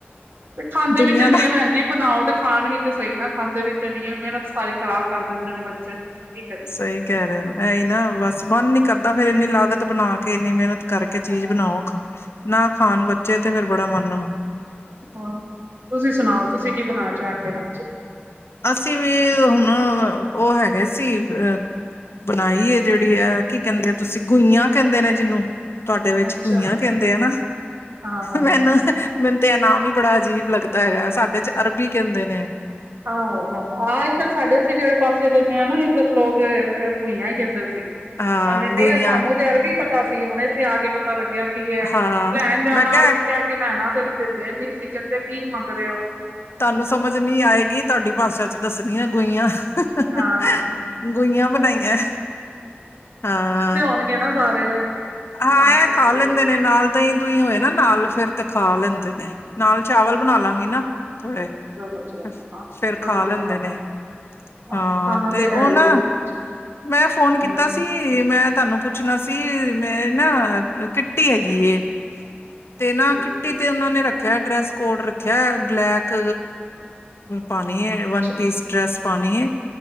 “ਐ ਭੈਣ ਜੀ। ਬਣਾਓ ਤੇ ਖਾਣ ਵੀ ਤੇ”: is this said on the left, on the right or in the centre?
Right